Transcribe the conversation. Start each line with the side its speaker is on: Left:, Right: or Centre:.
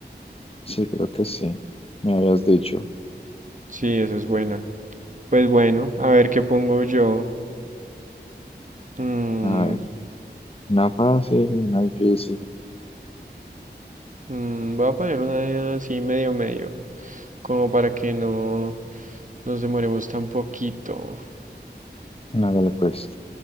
Left: sí, creo que sí. Me habías dicho.
Right: sí, esa es buena. Pues bueno, a ver qué pongo yo. Mm,
Left: A ver, una fácil, una difícil.
Right: mm, voy a poner una así medio medio, como para que no nos demoremos tan poquito.
Left: Hágale pues.